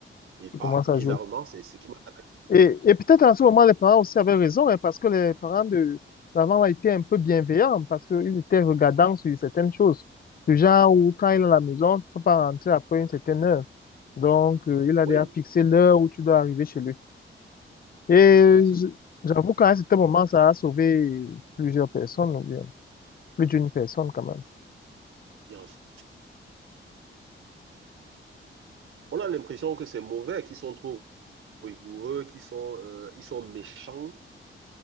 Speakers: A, on the right; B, on the left.
A: et par,
B: Tu commences
A: bizarrement,
B: à jouer.
A: c'est ce qui m'a canalisé.
B: Et, et peut-être à ce moment, les parents aussi avaient raison, hein, parce que les parents de l'avant a été un peu bienveillants, parce qu'ils étaient regardants sur certaines choses. Du genre où, quand il est à la maison, tu ne peux pas rentrer après une certaine heure. Donc, euh, il a
A: Oui,
B: déjà fixé l'heure où tu dois arriver chez lui. Et
A: c'est ça.
B: j- j'avoue qu'à un certain moment, ça a sauvé plusieurs personnes, ou bien plus d'une personne quand même.
A: Bien sûr. On a l'impression que c'est mauvais, qu'ils sont trop rigoureux, qu'ils sont, euh, ils sont méchants